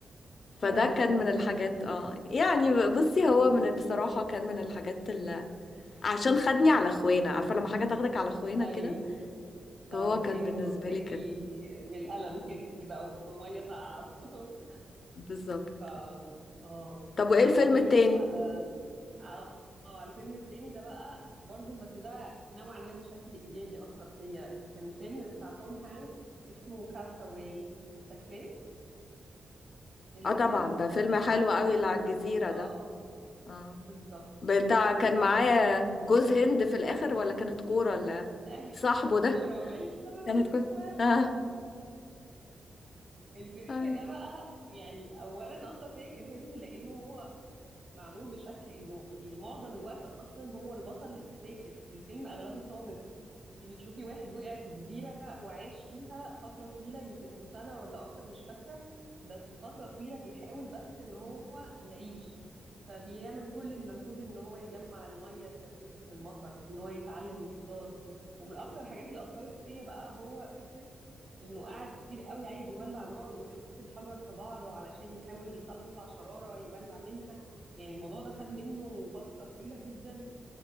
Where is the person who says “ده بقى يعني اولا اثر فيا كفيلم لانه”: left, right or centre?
Right